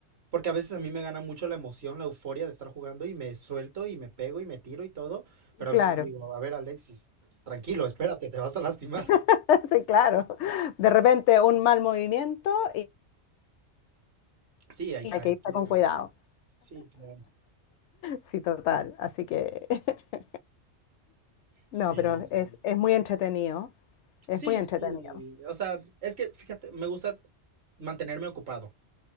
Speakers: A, on the right; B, on the left.
A: Porque a veces a mí me gana mucho la emoción, la euforia de estar jugando y me suelto y me pego y me tiro y todo, pero a veces
B: Claro,
A: me digo, a ver, Alexis, tranquilo, espérate, te vas a lastimar.
B: <laughs> sí, claro. De repente un mal movimiento y
A: Sí, hay,
B: y
A: hay
B: hay que irse
A: que-
B: con cuidado.
A: Sí, claro.
B: Sí, total. Así que, <laughs> no,
A: Sí.
B: pero es, es muy entretenido, es
A: Sí,
B: muy entretenido.
A: sí. O sea, es que fíjate, me gusta mantenerme ocupado.